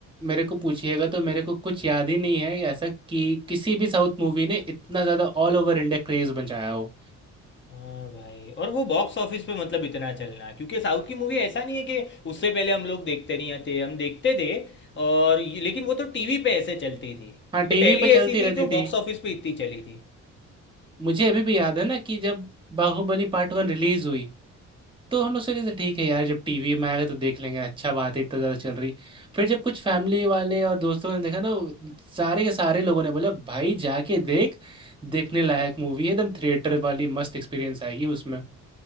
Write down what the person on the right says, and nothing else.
मेरे को पूछिएगा तो मेरे को कुछ याद ही नहीं है ऐसा कि किसी भी साउथ मूवी ने इतना ज़्यादा ऑल ओवर इंडिया क्रेज बचाया हो
हाँ टीवी
पे चलती
रहती
थी
मुझे अभी भी याद है ना कि जब बाहुबली पार्ट वन रिलीज हुई तो हमने सोचे थे ठीक है यार जब टीवी में आएगा तो देख लेंगे अच्छा बात है इतना ज़्यादा चल रही फिर जब कुछ फैमिली वाले और दोस्तों ने देखा ना वो सारे के सारे लोगों ने बोला भाई जाके देख देखने लायक मूवी है एकदम थिएटर वाली मस्त एक्सपीरियंस आएगी उसमें